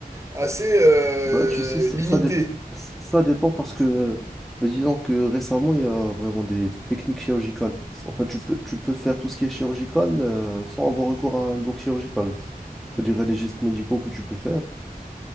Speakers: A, on the right (about 20°); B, in the centre.
A: assez euh,
B: Bah, tu sais, ça,
A: limité.
B: ça, dé- ça dépend parce que, mais disons que récemment, il y a vraiment des techniques chirurgicales. En fait, tu peux, tu peux faire tout ce qui est chirurgical euh, sans avoir recours à un bloc chirurgical. C'est-à-dire il y a des gestes médicaux que tu peux faire.